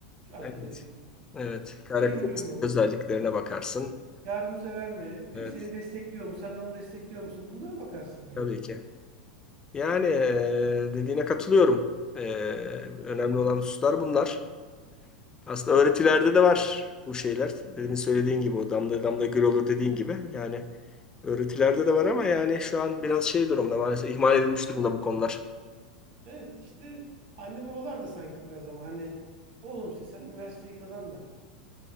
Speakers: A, on the right; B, on the left.
A: arkadaşın?
B: Evet. Evet.
A: İşte
B: Karakteristik
A: iyi huylu mu?
B: özelliklerine bakarsın.
A: Yardımsever mi?
B: Evet.
A: Bir, seni destekliyor mu? Sen de onu destekliyor musun? Bunlara bakarsın yani.
B: Tabii ki. Yani e, dediğine katılıyorum. E, önemli olan hususlar bunlar. Aslında öğretilerde de var bu şeyler. Demin söylediğin gibi o damla damla göl olur dediğin gibi. Yani öğretilerde de var ama yani şu an biraz şey durumda maalesef ihmal edilmiş durumda bu konular.
A: Evet işte anne babalar da sanki biraz ama hani oğlum işte sen üniversiteyi kazan da